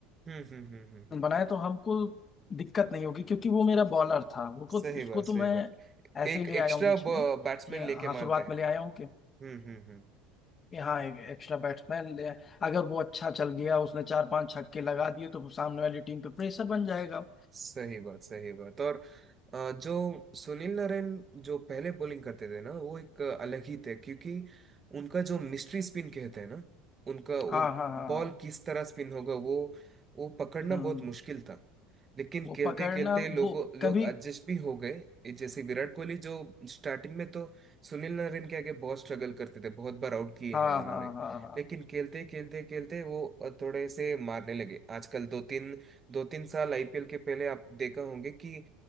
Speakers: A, on the right; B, on the left.
A: हम्म हम्म हम्म हम्म हम्म।
B: बनाए तो हमको दिक्कत नहीं होगी क्योंकि वो मेरा बॉलर था वो को
A: सही
B: उसको
A: बात
B: तो
A: सही
B: मैं
A: बात
B: ऐसे
A: एक
B: ही ले आया
A: एक्स्ट्रा
B: हूँ बीच में
A: बैट्समैन
B: कि हाँ
A: लेके मानते
B: शुरुआत
A: हैं
B: में ले आया हूँ कि
A: हम्म हम्म हम्म
B: कि हाँ एक एक्स्ट्रा बैट्समैन ले आए। अगर वो अच्छा चल गया उसने चार पांच छक्के लगा दिए तो सामने वाली टीम पे प्रेशर बन जाएगा
A: सही बात सही बात और अ, जो सुनील नारायण जो पहले बॉलिंग करते थे ना वो एक अलग ही थे क्योंकि उनका जो मिस्ट्री स्पिन कहते हैं ना उनका वो
B: हाँ हाँ हाँ हाँ
A: बॉल किस तरह स्पिन होगा वो वो पकड़ना
B: हम्म
A: बहुत मुश्किल था लेकिन
B: वो
A: खेलते
B: पकड़ना
A: खेलते लोगों
B: वो
A: लोग
B: कभी
A: एडजस्ट भी हो गए ये जैसे विराट कोहली जो स्टार्टिंग में तो सुनील नारायण के आगे बहुत स्ट्रगल करते थे बहुत बार आउट किए
B: हाँ
A: हैं उन्होंने
B: हाँ हाँ हाँ हाँ,
A: लेकिन खेलते खेलते खेलते वो थोड़े से मारने लगे आजकल दो तीन दो तीन साल आईपीएल के पहले आप देखा होंगे कि